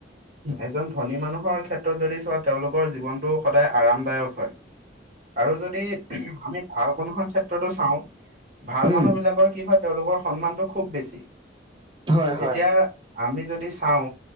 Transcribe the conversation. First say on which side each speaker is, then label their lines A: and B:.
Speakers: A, on the right (about 40°); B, on the right (about 25°).
A: এজন ধনী মানুহৰ ক্ষেত্ৰত যদি চোৱা তেওঁলোকৰ জীৱনটো সদায় আৰামদায়ক হয়। আৰু যদি আমি ভাল মানুহৰ ক্ষেত্ৰতো চাও কাও ভাল
B: উম
A: মানুহ বিলাকৰ কি হয় তেওঁলোকৰ সন্মানটো খুব বেছি
B: হয় হয়
A: এতিয়া আমি যদি চাও।